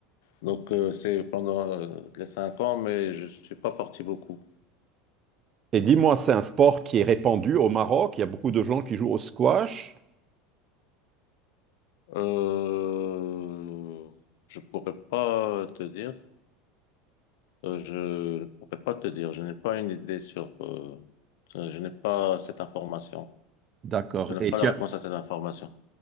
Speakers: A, on the left (about 75°); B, on the right (about 30°).
A: Donc, euh, c'est pendant euh, les cinq ans, mais je suis pas parti beaucoup.
B: Et dis-moi, c'est un sport qui est répandu au Maroc. Il y a beaucoup de gens qui jouent au squash.
A: Euh, je pourrais pas te dire. Euh, je ne pourrais pas te dire. Je n'ai pas une idée sur. euh, je n'ai pas cette information.
B: D'accord.
A: Je n'ai
B: Et
A: pas
B: tu
A: la réponse à cette information.